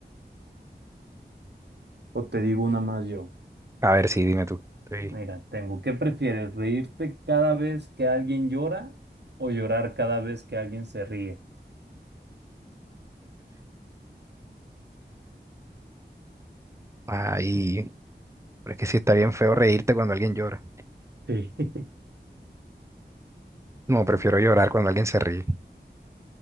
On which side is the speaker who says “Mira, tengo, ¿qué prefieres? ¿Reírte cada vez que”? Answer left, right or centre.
Right